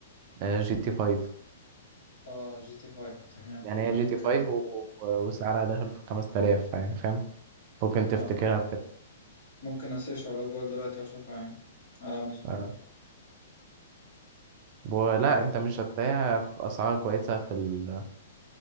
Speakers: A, on the right; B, on the left.
A: آه، جي تي فايف
B: اه جي تي فايف تمام
A: يعني
B: انا
A: هي جي
B: ممكن
A: تي فايف و... و- وسعرها داخل في خمس تلاف يعني فاهم ممكن تفتكرها
B: اه
A: بكده
B: ممكن اسيرش على جوجل دلوقتي واشوفها يعني على امازون
A: آه. ولا
B: اه
A: أنت مش هتلاقيها بأسعار كويسة في ال...